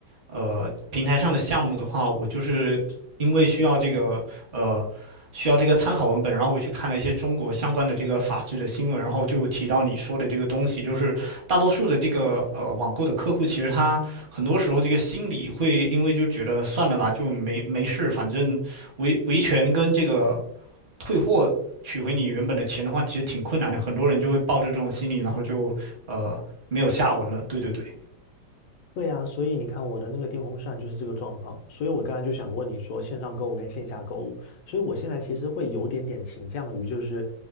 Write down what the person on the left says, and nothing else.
对呀，所以你看我的那个电风扇就是这个状况，所以我刚才就想问你说线上购物跟线下购物，所以我现在其实会有点点倾向于就是